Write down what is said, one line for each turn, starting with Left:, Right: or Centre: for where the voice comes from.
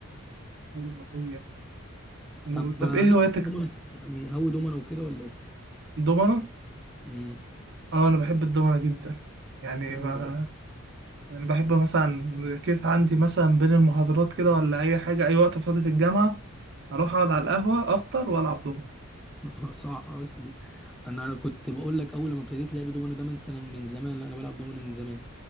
Right: حلو أوي يعني. و-
Centre: طب
Right: طب ايه
Centre: ليك
Right: هواياتك
Centre: في الدومنة يعني هوي دومنة وكده ولا ايه؟
Right: الدومنة
Centre: امم
Right: اه انا بحب الدومنة جدا يعني
Centre: حلو
Right: ما انا بحب مثلا كيف عندي مثلا بين المحاضرات كده ولا اي حاجه اي وقت فاضي في الجامعه اروح اقعد على القهوه افطر والعب دومنة
Centre: <laughs> صح قصدي انا كنت بقول لك اول ما ابتديت لعب دومنه ده من سنه من زمان لا انا بلعب دومنه من زمان